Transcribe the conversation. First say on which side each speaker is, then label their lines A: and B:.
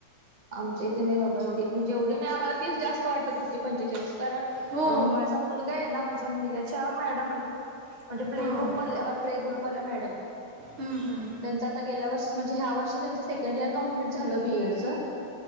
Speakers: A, on the right; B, on the right.
A: आमच्या इथे नाही बाबा एवढी म्हणजे एवढी नाही आम्हाला ती जास्त वाटत होती पंचेचाळीस. कारण
B: हो.
A: माझा मुलगा आहे ना माझ्या मुलग्याच्या मॅडम आहेत. म्हणजे प्ले
B: हो. हं,
A: ग्रुप मध प्ले ग्रुपवाला मॅडम.
B: हं, हं.
A: त्यांच आता गेल्या वर्ष म्हणजे ह्या वर्षी त्यांच सेकंड इयर कमप्लीट झालं बीएडच.